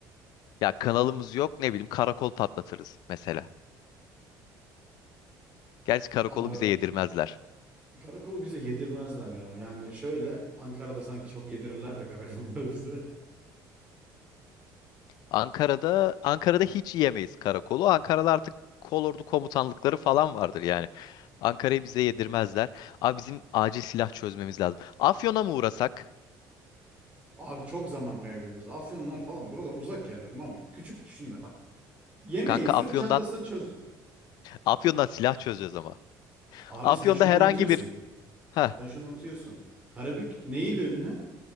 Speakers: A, on the left (about 65°); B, on the right (about 15°).
A: ya kanalımız yok, ne bileyim karakol patlatırız mesela. Gerçi karakolu
B: Aa,
A: bize yedirmezler.
B: Karakolu bize yedirmezler ya. Yani şöyle Ankara'da sanki çok yedirirler de karakolları bize.
A: Ankara'da Ankara'da hiç yiyemeyiz karakolu. Ankara'da artık kolordu komutanlıkları falan vardır yani. Ankara'yı bize yedirmezler. Abi bizim acil silah çözmemiz lazım. Afyon'a mı uğrasak?
B: Abi çok zaman kaybederiz. Afyonlar falan buralar uzak yerler Muhammed. Küçük düşünme bak. Yemeği
A: Kanka
B: sırt
A: Afyon'dan
B: çantasını çöz.
A: Afyon'dan silah çözeceğiz ama.
B: Abi
A: Afyon'da
B: sen şunu
A: herhangi
B: unutuyorsun.
A: bir ha
B: Sen şunu unutuyorsun. Karabük neyin önüne?